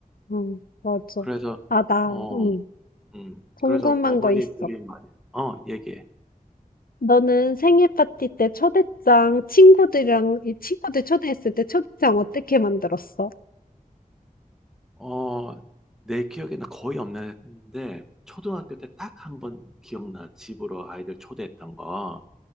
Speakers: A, on the left; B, in the centre.
A: 응, 맞아.
B: 그래서,
A: 아, 나,
B: 어,
A: 응,
B: 음,
A: 궁금한
B: 그래서 어머니들이
A: 거 있어.
B: 많이 어, 얘기해.
A: 너는 생일 파티 때 초대장, 친구들이랑, 이 친구들 초대했을 때 초대장 어떻게 만들었어?
B: 어, 내 기억에는 거의 없는데, 초등학교 때 딱 한 번 기억나. 집으로 아이들 초대했던 거.